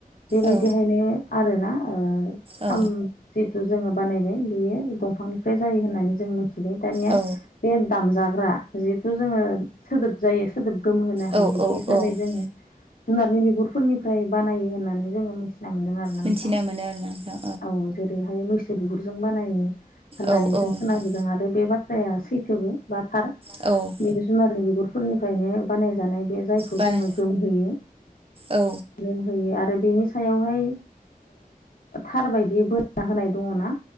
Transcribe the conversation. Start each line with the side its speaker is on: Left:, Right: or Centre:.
Left: बेबायदिहायनो
Right: औ
Left: आरोना
Right: औ
Left: जिहेथु जोङो बानायबाय बियो दंफांनिफ्राय जायो होननानै जों मिथिबाय दानिया
Right: औ
Left: बे दामजाग्रा जिहेथु जोङो सोदोब जायो सोदोब गोमोहो हायो
Right: औ
Left: बे
Right: औ
Left: जाबाय
Right: औ
Left: जोङो जुनारनि बिगुरफोरनिफ्राय बानायो होननानै जोङो मिथिना मोनदों आरो ना
Right: मिथिना
Left: नोंथां
Right: मोनो आरोना नोंथां
Left: औ जेरैहाय मैसो बिगुरजों बानायो होननानै
Right: औ औ
Left: जों
Right: नोंथां
Left: खोनाबोदों आरो बे बाथ्रा जाया सैथोबो बा थार
Right: औ
Left: बे जुनारनि बिगुरफोरनिफ्रायनो बानायजानाय बे जायखौ
Right: बाना
Left: जोङो गोमहोयो
Right: औ
Left: लोंहोयो आरो बेनि सायावहाय थार बायदि बोना होनाय दङना